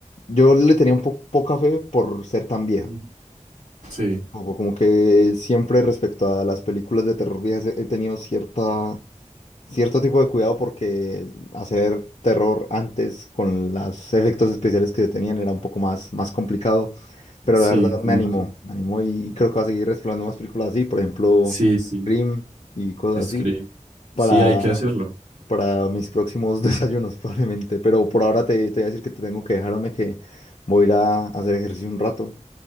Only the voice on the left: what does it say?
yo le tenía un po- poca fe por ser tan vieja.
Un poco como que siempre respecto a las películas de terror viejas he he tenido cierta, cierto tipo de cuidado porque hacer terror antes con los efectos especiales que se tenían era un poco más, más complicado. Pero
la verdad
me animó,
me animó y creo que va a seguir explorando más películas así, por ejemplo,
Scream y cosas
así para,
para mis próximos <laughs> desayunos probablemente. Pero por ahora te, te voy a decir que te tengo que dejarme que voy a ir a hacer ejercicio un rato